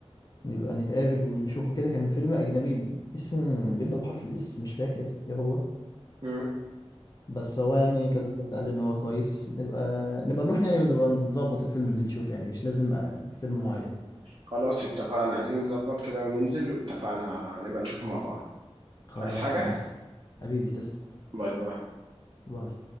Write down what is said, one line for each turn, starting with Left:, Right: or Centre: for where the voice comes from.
Left: نبقى نتقابل ونشوفه كده كان فيلم اجنبي اسمه بيبدأ بحرف الاس مش فاكر ايه هو
Right: مم.
Left: بس هو يعني كذا حد قال ان هو كويس نبقى نبقى نروح يعني ونبقى نظبط الفيلم اللي نشوفه يعني مش لازم آه، فيلم معين
Right: خلاص اتفقنا عايزين نظبط كده وننزل واتفقنا نبقى نشوف مع بعض
Left: خلاص
Right: مش عايز حاجة
Left: ماشي حبيبي تسلم
Right: باي باي
Left: باي